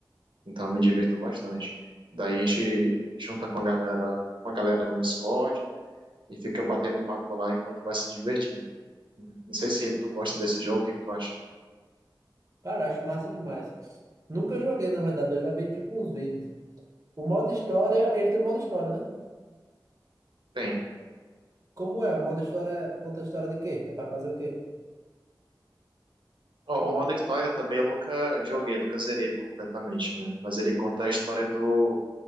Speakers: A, on the right (about 75°); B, on the right (about 45°).
A: então eu me divirto bastante. Daí a gente junta com a galera, com a galera no Discord e fica batendo papo lá enquanto vai se divertindo. né? Não sei se tu gosta desse jogo, o que que tu acha?
B: Cara, acho massa demais. Nunca joguei, na verdade. Eu já vi, tipo, uns vídeos. O modo história, ele tem modo história, né?
A: Bem,
B: Como é? O modo história conta a história de quê? É pra fazer o quê?
A: O, o modo história também eu nunca joguei, nunca zerei completamente, né? Mas ele conta a história do,